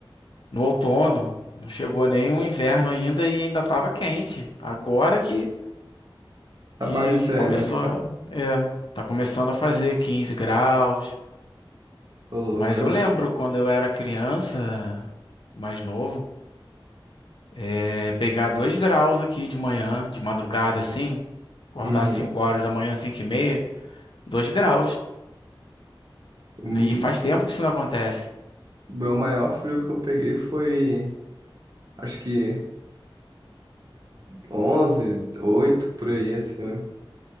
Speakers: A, on the left (about 65°); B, on the right (about 45°).
A: no outono. Não chegou nem o inverno ainda e ainda estava quente. Agora que,
B: Tá
A: que,
B: parecendo
A: que começou.
B: que tá.
A: É, tá começando a fazer 15 graus.
B: Tô louco.
A: Mas
B: É...
A: eu lembro quando eu era criança, mais novo, é, pegar 2 graus aqui de manhã, de madrugada assim, acordar
B: Uhum.
A: às 5 horas da manhã, 5 e meia, 2 graus.
B: O
A: E faz tempo que isso não acontece.
B: meu maior frio que eu peguei foi, acho que 11 8 por aí, assim.